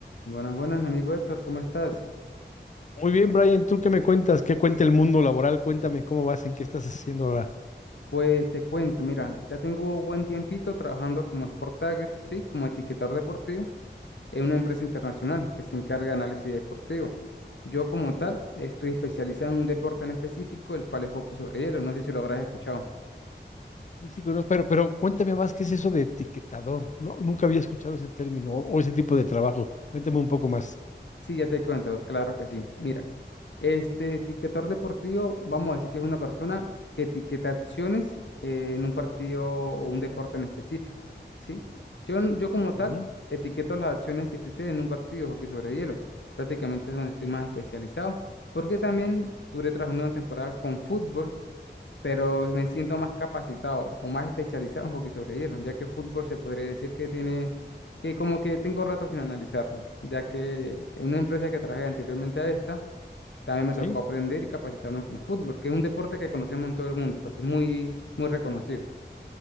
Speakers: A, on the left; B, on the left.
A: Buenas, buenas, mi amigo Héctor, ¿cómo estás?
B: Muy bien, Brian, ¿tú qué me cuentas? ¿Qué cuenta el mundo laboral? Cuéntame cómo vas, en qué estás haciendo ahora.
A: Pues te cuento, mira, ya tengo buen tiempito trabajando como Sport Tagger, sí, como etiquetador deportivo en una empresa internacional que se encarga de análisis deportivo. Yo como tal estoy especializado en un deporte en específico, el cual es hockey sobre hielo, no sé si lo habrás escuchado.
B: Sí, sí, conozco, pero, pero cuéntame más, ¿qué es eso de etiquetador? No, nunca había escuchado ese término o o ese tipo de trabajo. Cuéntame un poco más.
A: Sí, ya te cuento, claro que sí. Mira, este etiquetador deportivo, vamos a decir que es una persona que etiqueta acciones eh, en un partido o un deporte en específico, ¿sí? Yo, n- yo como tal
B: Ujú,
A: etiqueto las acciones que suceden en un partido de hockey sobre hielo, prácticamente es donde estoy más especializado, porque también duré trabajando una temporada con fútbol pero me siento más capacitado o más especializado en hockey sobre hielo, ya que fútbol se podría decir que tiene, que como que tengo rato sin analizarlo, ya que en una empresa que trabajé anteriormente a esta, también me
B: ¿Sí?
A: tocó aprender y capacitarme con fútbol, que es un deporte que conocemos en todo el mundo, porque es muy, muy reconocido